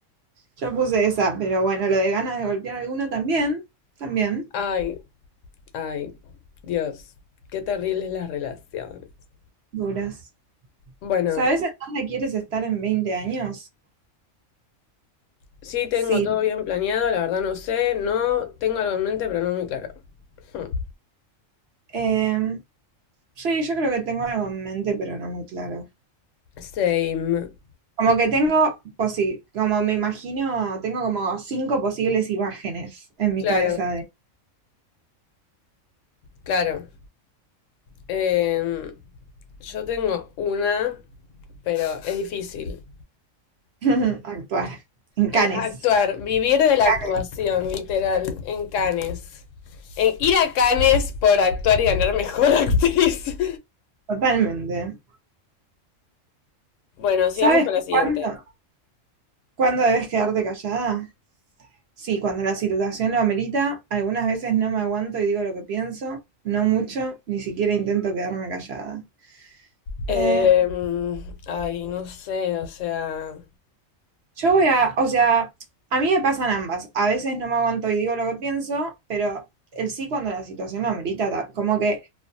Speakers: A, on the right; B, on the left.
A: Yo puse esa, pero bueno, lo de ganas de golpear a alguno también, también.
B: Ay, Ay, Dios, qué terribles las relaciones.
A: Duras.
B: Bueno,
A: ¿Sabes en dónde quieres estar en 20 años?
B: sí tengo
A: Sí,
B: todo bien planeado, la verdad no sé, no tengo algo en mente, pero no muy claro. Hmm,
A: em, sí, yo creo que tengo algo en mente, pero no muy claro.
B: Same.
A: Como que tengo, posi- como me imagino, tengo como cinco posibles imágenes en mi
B: Claro,
A: cabeza de
B: claro. Eh, yo tengo una, pero es difícil.
A: <laughs> actuar en Canes.
B: Es actuar, vivir de la
A: Canes.
B: actuación, literal, en Cannes. En ir a Cannes por actuar y ganar mejor <laughs> actriz.
A: Totalmente.
B: Bueno,
A: ¿Sabes
B: sigamos con la siguiente.
A: cuándo, cuándo debes quedarte callada? Sí, cuando la situación lo amerita, algunas veces no me aguanto y digo lo que pienso, no mucho, ni siquiera intento quedarme callada.
B: Eh,
A: Eh,
B: ay, no sé, o sea.
A: Yo voy a, o sea, a mí me pasan ambas. A veces no me aguanto y digo lo que pienso, pero el sí cuando la situación lo amerita, ta- como que